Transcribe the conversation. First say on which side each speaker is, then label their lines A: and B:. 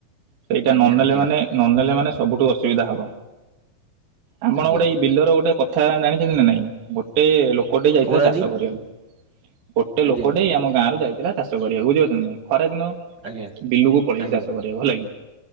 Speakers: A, on the right; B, on the right.
A: ସେଇଟା
B: ଆଜ୍ଞା
A: ନନେଲେ
B: ଆଜ୍ଞା
A: ମାନେ ନନେଲେ ମାନେ ସବୁଠୁ ଅସୁବିଧା ହବ ଆମର
B: ଆଜ୍ଞା
A: ଗୋଟେ ଏଇ ବିଲର ଗୋଟେ କଥା ଜାଣିଛନ୍ତି ନା ନାଇଁ? ଗୋଟେ ଲୋକ ଟେ ଯାଇଥିଲା
B: କହୁନାହାନ୍ତି
A: ଚାଷ କରିବାକୁ, ଗୋଟେ
B: ଆଜ୍ଞା
A: ଲୋକଟେ ଆମ ଗାଁରୁ ଯାଇଥିଲା ଚାଷ କରିବାକୁ ବୁଝିପାରୁଛନ୍ତି ନାଇଁ ଖରା ଦିନ
B: ଆଜ୍ଞା
A: ବିଲୁକୁ ପଳେଇକି
B: ଆଜ୍ଞା
A: ଚାଷ କରିବାକୁ ହେଲା କି।